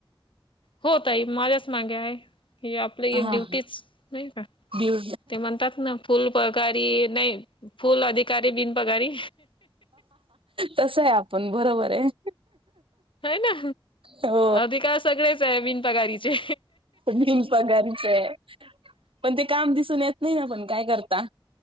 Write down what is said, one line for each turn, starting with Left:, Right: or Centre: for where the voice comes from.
Left: होतई माझ्याच मागे आहे आपली
Right: हा
Left: एक ड्युटीच
Right: हा
Left: नाही का
Right: बिव
Left: ते म्हणतात ना फुल पगारी नाही फुल अधिकारी बिन पघारी
Right: तस आहे आपण बरोबर आहे
Left: हो ना
Right: हो
Left: अधिकार सगळेच आहे बिनपगारीचे
Right: मीन पघारचं आहे पण ते काम दिसून येत नाही ना पण काय करता